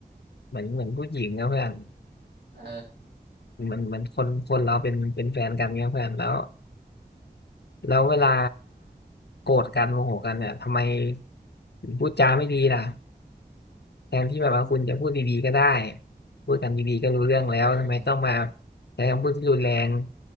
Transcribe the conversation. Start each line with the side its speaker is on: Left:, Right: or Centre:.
Left: เหมือนเหมือนผู้หญิงนะเพื่อน
Right: เออ
Left: เหมือนเหมือนคนคนเราเป็นเป็นแฟนกันเนี่ยเพื่อนแล้วแล้วเวลาโกรธกันโมโหกันเนี่ยทำไมถึงพูดจาไม่ดีล่ะแทนที่แบบว่าคุณจะพูดดีๆก็ได้พูดกันดีๆก็รู้เรื่องแล้วทำไมต้องมา
Right: เออ
Left: ใช้คำพูดที่รุนแรง